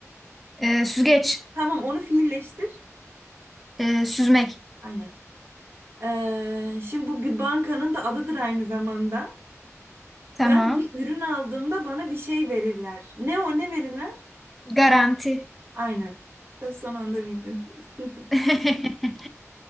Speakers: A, in the centre; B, on the right.
A: Ee, süzgeç.
B: Tamam onu fiilleştir.
A: Ee, süzmek.
B: Aynen. Ee, şimdi bu bir bankanın da adıdır aynı zamanda.
A: Tamam.
B: Ben bir ürün aldığımda bana bir şey verirler. Ne o ne verirler?
A: Garanti.
B: Aynen. Ya Son anda bildin. <laughs>
A: <laughs>